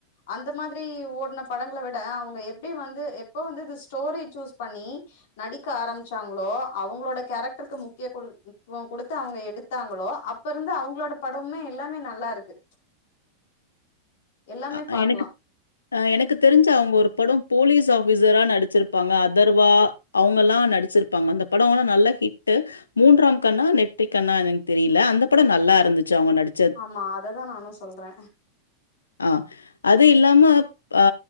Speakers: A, on the left; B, on the left.
A: அந்த மாதிரி ஓடுன படங்க விட அவங்க எப்டி வந்து எப்போ வந்து இது ஸ்டோரி சூஸ் பண்ணி நடிக்க ஆரம்பிச்சாங்களோ அவங்களோட கேரக்டருக்கு முக்கிய குழு இப்போங் குடுத்து அவங்க எடுத்தாங்களோ அப்ப இருந்து அவங்களோட படமுமே எல்லாமே நல்லா இருக்கு எல்லாமே
B: அ ஆ
A: பாக்கலா
B: எனக்கு ஆ எனக்கு தெரிஞ்ச அவங்க ஒரு பட போலீஸ் ஆபீசரா நடிச்சிருப்பாங்க அதர்வா அவங்க எல்லா நடிச்சிருப்பாங்க அந்த படோ எல்லா நல்லா ஹிட்டு் மூன்றாம் கண்ணா நெற்றி கண்ணா எனக்கு தெரியல அந்த படம் நல்லா இருந்துச்சு அவங்க நடிச
A: ஆமா அததா நானு சொல்றே
B: ஆ அது இல்லாம பா